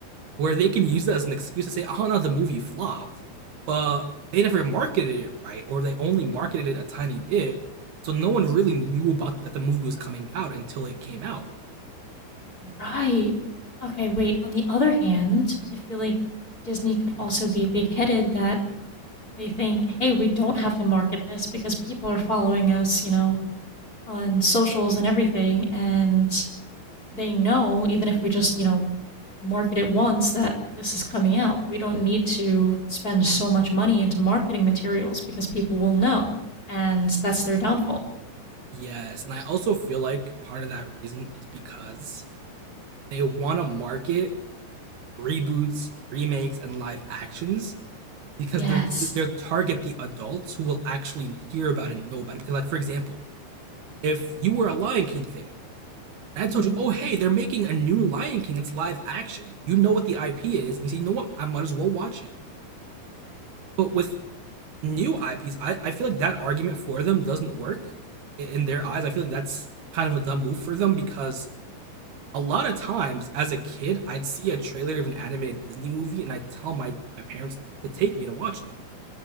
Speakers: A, on the right; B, on the left.
A: where they can use that as an excuse to say, "Oh no, the movie flopped," but they never marketed it right, or they only marketed it a tiny bit, so no one really knew about that the movie was coming out until it came out.
B: Right. Okay, wait. On the other hand, I feel like Disney could also be big headed that they think, hey, we don't have to market this because people are following us, you know, on socials and everything. And they know, even if we just, you know, market it once, that this is coming out. We don't need to spend so much money into marketing materials because people will know. And that's their downfall.
A: Yes, and I also feel like part of that reason is because they want to market reboots, remakes, and live actions because
B: Yes.
A: they're, they're target the adults who will actually hear about it and know about it. Because, like, for example, if you were a Lion King fan, And I
B: Mhm.
A: told you, oh hey, they're making a new Lion King. It's live action. You know what the IP is, and you say, you know what, I might as well watch it. But with new IPs, I, I feel like that argument for them doesn't work in their eyes. I feel like that's kind of a dumb move for them because a lot of times as a kid, I'd see a trailer of an animated Disney movie and I'd tell my, my parents to take me to watch them